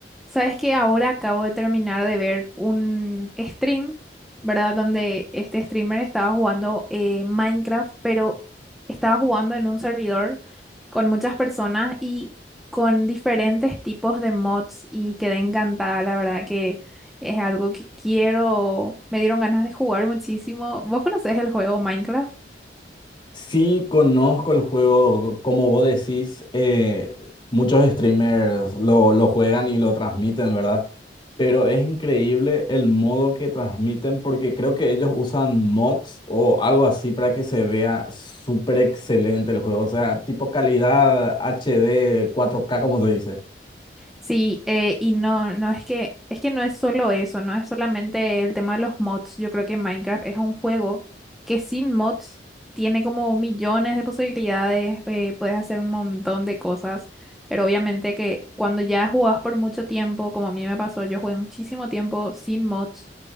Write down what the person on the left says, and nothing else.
Sí, conozco el juego, como vos decís, eh, muchos streamers lo, lo juegan y lo transmiten, ¿verdad? Pero es increíble el modo que transmiten porque creo que ellos usan mods o algo así para que se vea súper excelente el juego, o sea, tipo calidad HD, cuatro k como se dice.